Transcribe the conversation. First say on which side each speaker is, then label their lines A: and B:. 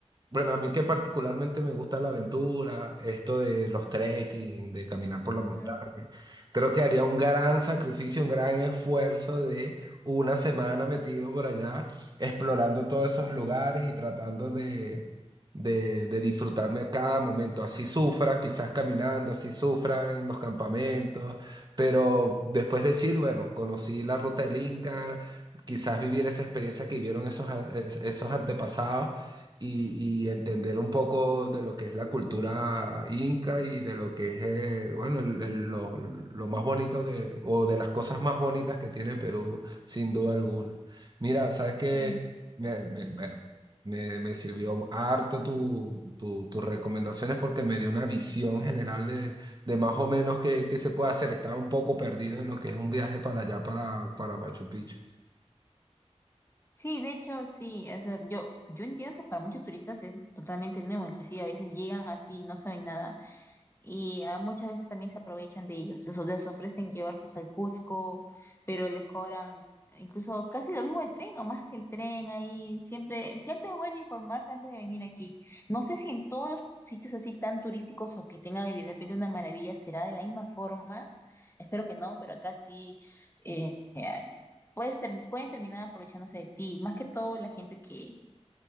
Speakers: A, on the right; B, on the left.
A: bueno, a mí que particularmente me gusta la aventura, esto de los trekking, de caminar por la
B: Ujú.
A: montaña. Creo que haría un gran sacrificio, un gran esfuerzo de una semana metido por allá, explorando todos esos lugares y tratando de, de, de disfrutarme cada momento. Así sufra, quizás caminando, así sufra en los campamentos, pero después decir, bueno, conocí la ruta del Inca, quizás vivir esa experiencia que vivieron esos, a- es- esos antepasados y, y entender un poco de lo que es la cultura inca y de lo que es, eh, bueno, el- el- lo, lo más bonito que, o de las cosas más bonitas que tiene Perú, sin duda alguna. Mira, sabes que
B: Sí,
A: me, me- me- me- me sirvió harto tu, tu- tus recomendaciones porque me dio una visión general de, de más o menos qué, qué se puede hacer. Estaba un poco perdido en lo que es un viaje para allá, para, para Machu Picchu.
B: sí, de hecho, sí, o sea, yo, yo entiendo que para muchos turistas es totalmente nuevo, inclusive a veces llegan así y no saben nada. Y ah, muchas veces también se aprovechan de ellos, les, les ofrecen llevarlos al Cusco, pero les cobran eh, incluso casi lo mismo el tren o más que el tren ahí. Siempre, siempre es bueno informarse antes de venir aquí. No sé si en todos los sitios así tan turísticos o que tengan de repente una maravilla será de la misma forma. Espero que no, pero acá sí eh, eh, puedes ter- pueden terminar aprovechándose de ti. Más que todo la gente que,